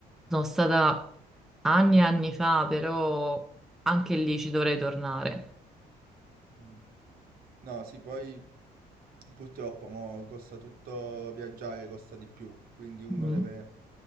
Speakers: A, in the centre; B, on the right.
A: Sono stata anni e anni fa, però anche lì ci dovrei tornare.
B: Mm. No, sì, poi purtroppo mo costa tutto viaggiare, costa di più, quindi uno
A: Mm.
B: deve